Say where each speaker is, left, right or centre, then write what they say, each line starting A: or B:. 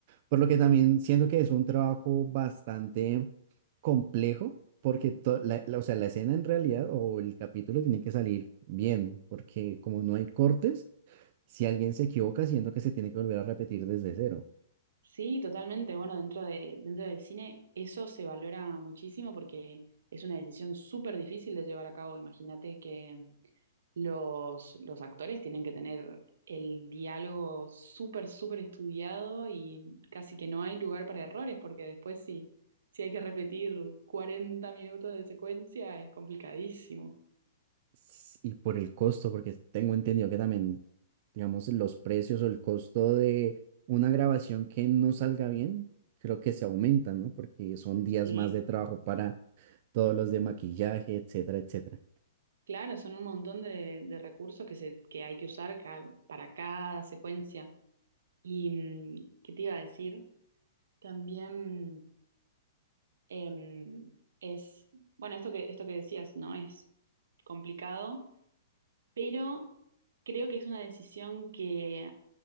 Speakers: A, on the right; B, on the right.
A: Por lo que también siento que es un trabajo bastante complejo, porque to- la, la- o sea, la escena en realidad o el capítulo tiene que salir bien, porque como no hay cortes, si alguien se equivoca, siento que se tiene que volver a repetir desde cero.
B: Sí, totalmente. Bueno, dentro de, dentro del cine eso se valora muchísimo porque es una decisión súper difícil de llevar a cabo. Imagínate que los, los actores tienen que tener el diálogo súper, súper estudiado y casi que no hay lugar para errores porque después si, si hay que repetir 40 minutos de secuencia es complicadísimo.
A: S- Y por el costo, porque tengo entendido que también, digamos, los precios o el costo de una grabación que no salga bien, creo que se aumentan, ¿no? Porque son días
B: Sí,
A: más de trabajo para todos los de maquillaje, etcétera, etcétera.
B: Claro, son un montón de, de recursos que, se, que hay que usar ca- para cada secuencia. Y, mm, ¿qué te iba a decir? También em, es, bueno, esto que, esto que decías, ¿no? Es complicado, pero creo que es una decisión que